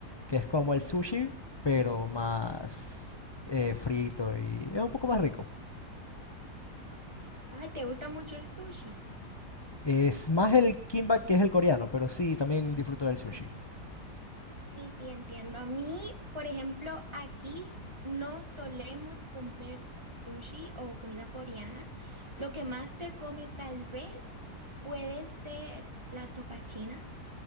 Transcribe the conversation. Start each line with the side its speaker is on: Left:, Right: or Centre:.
Left: que es como
Right: Sí.
Left: el sushi, pero más eh, frito y es un poco más rico.
Right: Ay, ¿te gusta mucho el sushi?
Left: Es más el kimbap que es el coreano, pero sí, también disfruto del sushi.
Right: Ujú. Sí, sí, entiendo. A mí, por ejemplo, aquí no solemos comer sushi o comida coreana. Lo que más se come tal vez puede ser la sopa china.